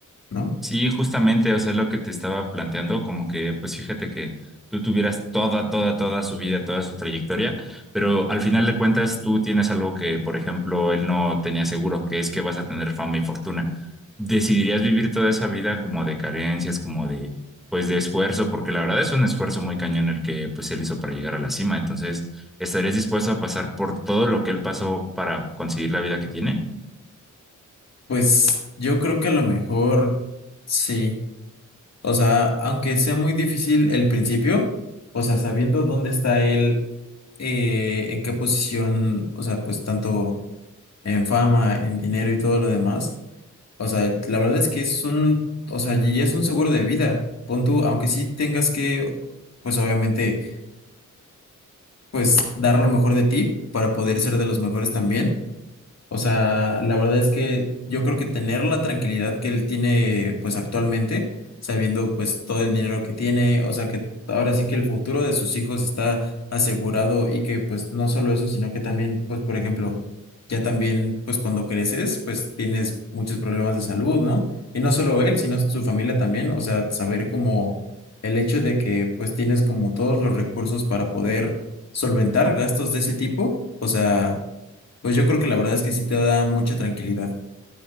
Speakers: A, on the left; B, in the centre.
A: ¿no?
B: Sí, justamente, o sea, lo que te estaba planteando, como que, pues fíjate que tú tuvieras toda, toda, toda su vida, toda su trayectoria, pero al final de cuentas tú tienes algo que, por ejemplo, él no tenía seguro, que es que vas a tener fama y fortuna. ¿Decidirías vivir toda esa vida como de carencias, como de, pues, de esfuerzo? Porque la verdad es un esfuerzo muy cañón el que, pues, él hizo para llegar a la cima. Entonces, ¿estarías dispuesto a pasar por todo lo que él pasó para conseguir la vida que tiene?
A: Pues yo creo que a lo mejor sí. O sea, aunque sea muy difícil el principio, o sea, sabiendo dónde está él, eh, en qué posición, o sea, pues tanto en fama, en dinero y todo lo demás, o sea, la verdad es que es un, o sea, y es un seguro de vida. Pon tú, aunque sí tengas que, pues obviamente pues dar lo mejor de ti para poder ser de los mejores también. O sea, la verdad es que yo creo que tener la tranquilidad que él tiene pues actualmente, sabiendo pues todo el dinero que tiene, o sea que ahora sí que el futuro de sus hijos está asegurado y que pues no solo eso, sino que también pues por ejemplo, ya también pues cuando creces pues tienes muchos problemas de salud, ¿no? Y no solo él, sino su familia también, o sea, saber como el hecho de que pues tienes como todos los recursos para poder solventar gastos de ese tipo, o sea... Pues yo creo que la verdad es que sí te da mucha tranquilidad.